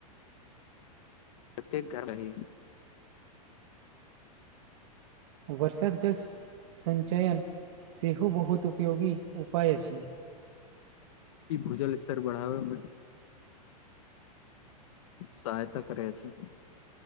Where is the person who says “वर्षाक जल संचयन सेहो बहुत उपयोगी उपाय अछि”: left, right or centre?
Right